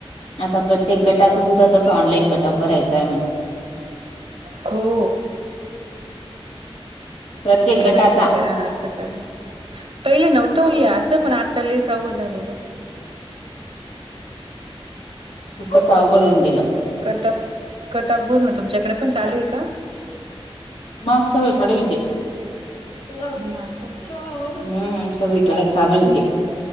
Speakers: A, on the left; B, on the right.
A: आता प्रत्येक गटाचं सुद्धा तसं ऑलाईन कटअप भरायचंय म्हण.
B: हो.
A: प्रत्येक
B: के
A: गटाचा
B: वाय सी करा न असं करा, पहिले नव्हतं ओ ये असं पण आता लयच अवघड झालेलय.
A: पच अवघड होऊन गेलं.
B: कटफ कटफ भरनं तुमच्याकडे पण चालूय का?
A: मग सगळीकडेय ते. हम्म
B: हा का
A: सगळीकडेच चालूय
B: तुम
A: ते.